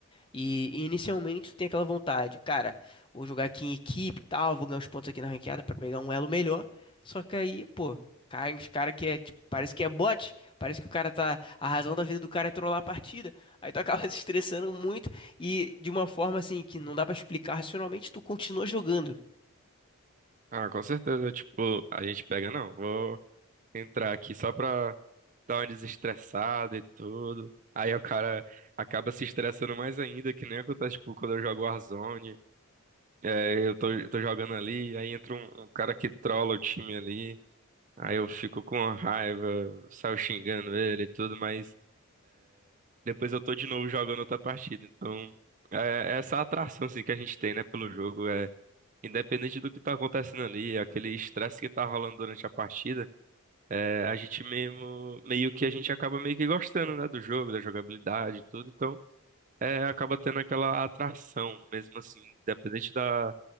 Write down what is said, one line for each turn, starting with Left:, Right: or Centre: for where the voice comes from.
Left: E, e inicialmente tu tem aquela vontade, cara, vou jogar aqui em equipe e tal, vou ganhar uns pontos aqui na ranqueada pra pegar um elo melhor. Só que aí, pô, cai uns cara que é, tipo, parece que é bot, parece que o cara tá, a razão da vida do cara é trollar a partida. Aí tu acaba <laughs> se estressando muito e de uma forma assim que não dá pra explicar racionalmente, tu continua jogando.
Right: Ah, com certeza, tipo, a gente pega, não, vou entrar aqui só pra dá uma desestressada e tudo. Aí o cara acaba se estressando mais ainda, que nem acontece, tipo, quando eu jogo Warzone. É, eu tô, eu tô jogando ali, aí entra um, um cara que trola o time ali. Aí eu fico com raiva, saio xingando ele e tudo, mas depois eu tô de novo jogando outra partida. Então, é, é essa atração assim, que a gente tem, né, pelo jogo. É, independente do que tá acontecendo ali, aquele estresse que tá rolando durante a partida. É, a gente mesmo, meio que a gente acaba meio que gostando, né, do jogo, da jogabilidade e tudo, então é, acaba tendo aquela atração, mesmo assim, independente da,